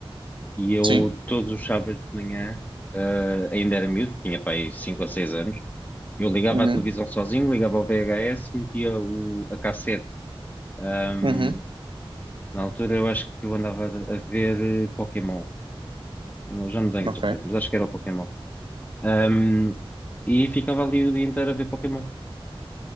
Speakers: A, on the left; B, on the right.
A: e eu,
B: Sim,
A: todos os sábados de manhã, eh, ainda era miúdo, tinha pai cinco ou seis anos, Eu ligava
B: uhum,
A: à televisão sozinho, ligava ao VHS, metia o, a cassete. Ahm,
B: uhum,
A: na altura eu acho que eu andava a ver eh, Pokémon. Não, já não tenho
B: ok,
A: a certeza, mas acho que era o Pokémon. Ahm, e ficava ali o dia inteiro a ver Pokémon.